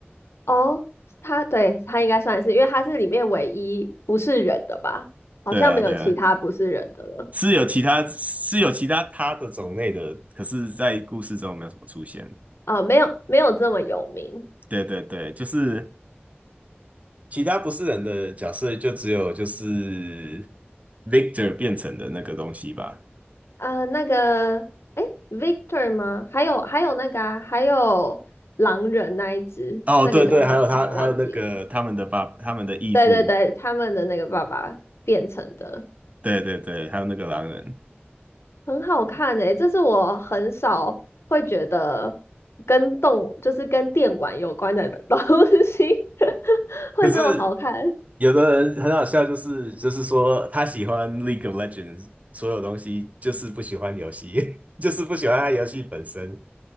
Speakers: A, on the left (about 85°); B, on the right (about 35°).
A: 哦，他对他应该算是，因为他是里面唯一不是人的吧？好像没有其他不是人的了。
B: 对啊，对啊，是有其他是有其他他的种类的，可是在故事中没有什么出现。
A: 啊、没有没有这么有名。
B: 对对对，就是其他不是人的角色，就只有就是 Victor 变成的那个东西吧。
A: 呃，那个，哎，Victor 吗？还有还有那个啊，还有狼人那一只，
B: 哦，
A: 那个叫什么名字忘记了？
B: 对对，还有他，还有那个他们的爸，他们的义父，
A: 对对对，他们的那个爸爸变成的，
B: 对对对，还有那个狼人。
A: 很好看诶、这是我很少会觉得跟动，就是跟电玩有关的东西 <laughs> 会这么好看。
B: 可是有的人很好笑，就是就是说他喜欢 League of Legends 所有东西，就是不喜欢游戏，<laughs> 就是不喜欢他游戏本身，